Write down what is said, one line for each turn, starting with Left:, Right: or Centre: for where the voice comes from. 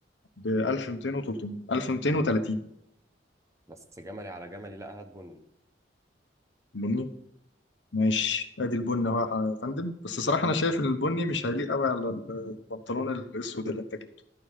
Left: ب 1200 و300 1230
Right: بس جملي على جملي لا هات بني
Left: بني ماشي ادي البني اهو يا فندم بس صراحه انا شايف ان البني مش هيليق قوي على البنطلون الاسود اللي انت جبته